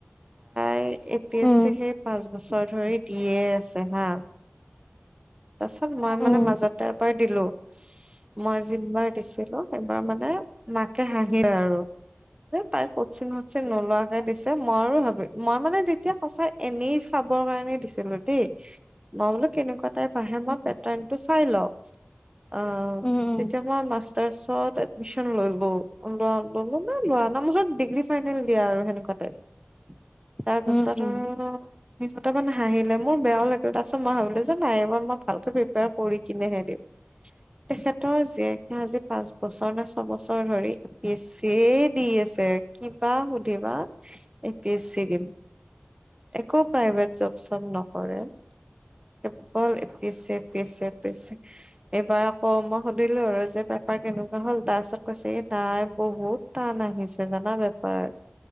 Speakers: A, on the right; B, on the left.
A: এই A P
B: um
A: S C সেই পাঁচ বছৰ ধৰি দিয়ে আছে হা তাৰপিছত মই
B: উম
A: মানে মাজতে এবাৰ দিলোঁ মই যোনবাৰ দিছিলোঁ, সেইবাৰ মানে মাকে হাঁহিলে আৰু। যে তাই কচিং শচিং নোলোৱাকে দিছে, মই ভাবি মই মানে তেতিয়া সঁচাই এনেই চাবৰ কাৰণে দিছিলোঁ দেই, মই বোলো কেনেকুৱা টাইপ আহে মই
B: উম
A: পেটাৰ্নটো চাই লওঁ অ'
B: উম।
A: যেতিয়া মই মাচ তাৰপিছত এডমিশন ল'লোঁ ল'লোঁ <unintelligible> মানে লোৱা নাই, মুঠত ডিগ্ৰী ফাইনেল দিয়া আৰু সেনেকুৱা টাইপ।
B: <inaudible>
A: তাৰপাছত
B: উম
A: আৰু সিহঁত মানে হাঁহিলে, মোৰ বেয়াও লাগিল তাৰপিত মই ভাবিলোঁ যে নাই এইবাৰ মই ভালকে প্ৰিপেয়াৰ কৰি কিনেহে দিম। তেখেতৰ জীয়েকে আজি পাঁচ বছৰ নে ছবছৰ ধৰি পিছে দি আছে, কিবা সুধিবা এ পি এছ চি দিম। একো প্ৰাইভেট জব চব নকৰে, কেৱল পিছে, পিছে, পিছে এইবাৰ আকৌ মই সুধিলোঁ আৰু যে পেপাৰ কেনেকুৱা হ'ল তাৰপিছত কৈছে এই নাই বহুত টান আহিছে জানা বেপাৰ,